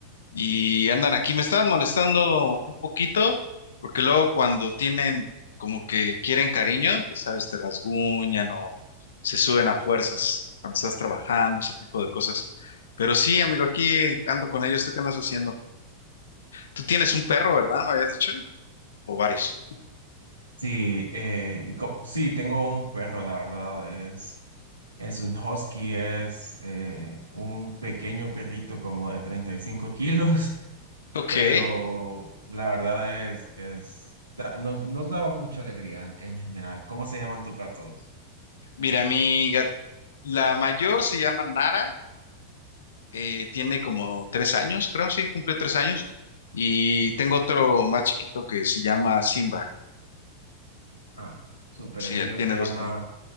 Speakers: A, on the left (about 65°); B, on the right (about 85°).
A: y andan aquí, me están molestando un poquito, porque luego cuando tienen como que quieren cariño, ya sabes, te rasguñan o se suben a fuerzas cuando estás trabajando, ese tipo de cosas. Pero sí, amigo, aquí ando con ellos. ¿Tú qué andas haciendo? Tú tienes un perro, ¿verdad? ¿Me habías dicho? ¿O varios?
B: Sí, eh, y co- sí, tengo un perro, la verdad, es, es un husky, es eh, un pequeño perrito como de 35 kilos, <laughs>
A: Ok.
B: pero la verdad es, es da- nos, nos daba mucha alegría en, en general. ¿Cómo se llaman tus gatos?
A: Mira, mi gat- la mayor se llama Nara, eh, tiene como tres años, creo, sí, cumplió tres años. Y tengo otro más chiquito que se llama Simba.
B: Ah, súper,
A: Sí,
B: el mío
A: él tiene
B: se
A: dos
B: llama...
A: añitos,